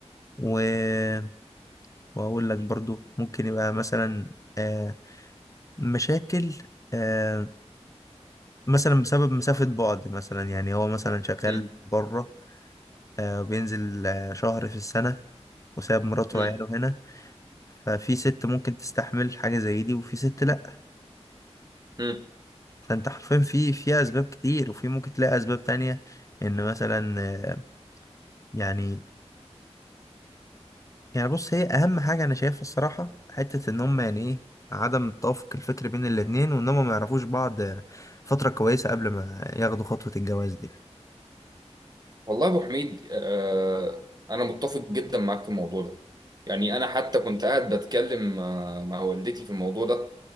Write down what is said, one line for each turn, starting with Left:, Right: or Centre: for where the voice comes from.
Left: و... واقول لك برضو ممكن يبقى مثلا آه، مشاكل آه، مثلا بسبب مسافه بعد مثلا يعني هو مثلا شغال
Right: مم.
Left: بره آه، بينزل آه، شهر في السنه وساب مراته
Right: مم.
Left: وعياله هنا ففي ست ممكن تستحمل حاجة زي دي وفي ست لأ
Right: مم.
Left: فانت حرفيا في في اسباب كتير وفي ممكن تلاقي اسباب تانية ان مثلا آه، يعني يعني بص هي اهم حاجه انا شايفها الصراحه حته ان هم يعني ايه عدم التوافق الفكري بين الاتنين وان هم ما يعرفوش بعض آه، فتره كويسه قبل ما ياخدوا خطوه الجواز دي
Right: والله يا ابو حميد آه انا متفق جدا معاك في الموضوع ده يعني انا حتى كنت قاعد بتكلم آه، مع والدتي في الموضوع ده